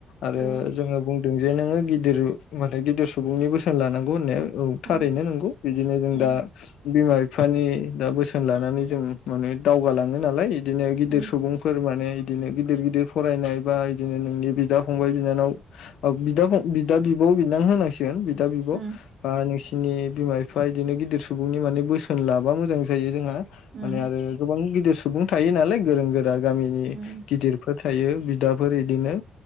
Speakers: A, on the left; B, on the right.
A: आरो
B: औ
A: जोङो बुं जे नोङो गिदिर माने गिदिर सुबुंनि बोसोन लानांगौ होननाया औ थारैनो
B: उम
A: नोंगौ बिदिनो जों
B: उम
A: दा दा बिमा-बिफानि दा बोसोन लानानै जों माने दावगालाङो नालाय। इदिनो गिदिर
B: उम
A: सुबुंफोर माने बिदिनो गिदिर गिदिर फरायनाय बा बिदिनो नोंनि बिदा फंबाय-बिनानाव बिदा फं बिदा बिब बिनानै होनांसिगोन बिदा-बिब'
B: उम
A: बा नोंसि बिनि बिमा-बिफा इदिनो गिदिर सुबुंनि माने बोसोन लाबा मोजां जायो जोंहा माने
B: उम
A: आरो गोबां गिदिर सुबुं थायो नालाय गोरों-गोरा गामिनि
B: उम
A: गिदिरफोर थायो बिदाफोर इदिनो